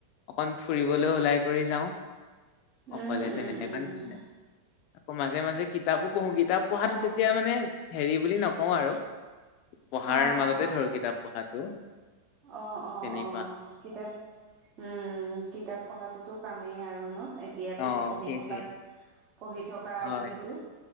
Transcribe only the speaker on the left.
অকন ফুৰিবলৈ ওলাই কৰি যাওঁ। অকলে
তেনেকুৱা
নিছিনা।
আকৌ মাজে মাজে কিতাপো পঢ়ো। কিতাপ পঢ়াটো
তেতিয়া মানে হেৰি বুলি নকওঁ আৰু পঢ়াৰ
মাজতে
ধৰো কিতাপ পঢ়াটো।
তেনেকুৱা
অ
সেইটোৱে
হয়